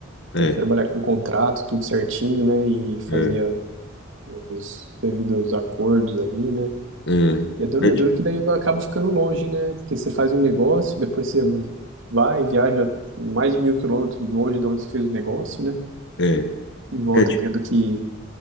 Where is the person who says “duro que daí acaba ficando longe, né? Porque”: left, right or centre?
Right